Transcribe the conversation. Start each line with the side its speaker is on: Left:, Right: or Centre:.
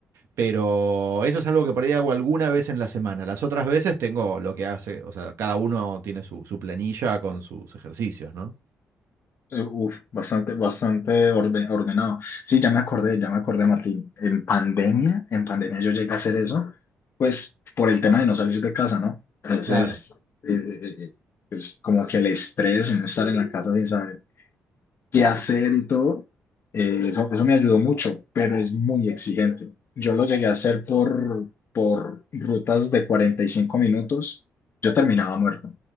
Right: pero eso es algo que por ahí hago alguna vez en la semana. Las otras veces tengo lo que hace, o sea, cada uno tiene su, su planilla con sus ejercicios, ¿no?
Left: Eh, Uf, bastante, bastante orde- ordenado. Sí, ya me acordé, ya me acordé, Martín. En pandemia, en pandemia yo llegué a hacer eso, pues por el tema de no salir de casa, ¿no? Entonces,
Right: Claro.
Left: eh, eh, eh, eh, pues como que el estrés, no estar en la casa sin saber qué hacer y todo, eh, eso, eso me ayudó mucho, pero es muy exigente. Yo lo llegué a hacer por, por rutas de 45 minutos, yo terminaba muerto,